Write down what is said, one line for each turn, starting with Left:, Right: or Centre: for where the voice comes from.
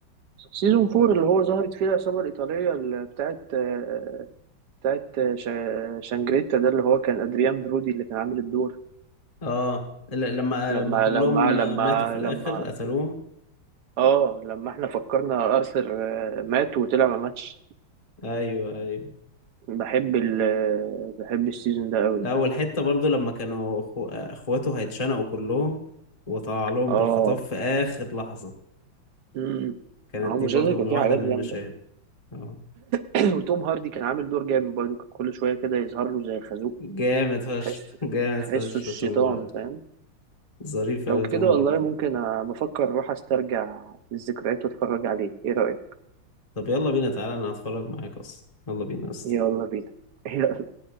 Right: سيزون 4 اللي هو ظهرت فيه العصابه الايطاليه اللي بتاعت آه، بتاعت آه، شا- شانجريتا ده اللي هو كان ادريان برودي اللي كان عامل الدور
Left: اه ل- لما
Right: لما
Left: لما كلهم
Right: لما لما
Left: ماتوا في الاخر
Right: لما
Left: قتلوهم
Right: اه لما احنا فكرنا ارثر آه، مات وطلع ما ماتش
Left: ايوه ايوه
Right: بحب ال آه، بحب السيزون ده قوي
Left: لا
Right: يعني
Left: والحته برضو لما كانوا أخو... اخواته هيتشنقوا كلهم وطلع لهم
Right: اه
Left: بالخطاب في اخر لحظه
Right: امم
Left: كانت
Right: هو
Left: دي
Right: المسلسل
Left: برضو
Right: كان
Left: من
Right: فيه
Left: واحده
Right: حاجات
Left: من
Right: جامده
Left: المشاهد اه
Right: <clears throat> وتوم هاردي كان عامل دور جامد برضه كان كل شوية كده يظهر له زي الخازوق
Left: جامد فشخ
Right: تحسه
Left: <laughs> جامد
Right: تحسه
Left: فشخ
Right: الشيطان
Left: توم هاردي
Right: فاهم
Left: ظريف
Right: لو
Left: اوي توم
Right: كده والله
Left: هاردي
Right: ممكن أ- بفكر أروح أسترجع الذكريات وأتفرج عليه إيه رأيك؟
Left: طب يلا بينا تعالى انا هتفرج معاك اصلا يلا بينا اصلا
Right: يلا بينا <laughs>